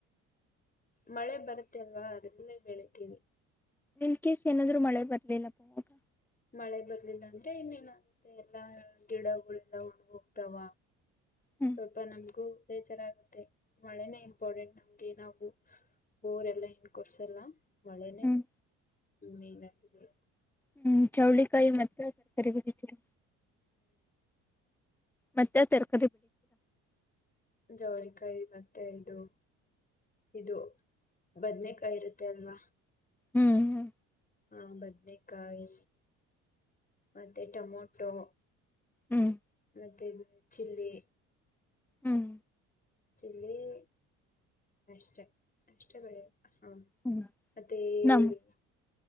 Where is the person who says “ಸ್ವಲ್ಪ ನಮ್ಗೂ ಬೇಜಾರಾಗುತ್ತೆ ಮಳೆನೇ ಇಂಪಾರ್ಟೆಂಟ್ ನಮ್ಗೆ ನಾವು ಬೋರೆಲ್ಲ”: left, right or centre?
Left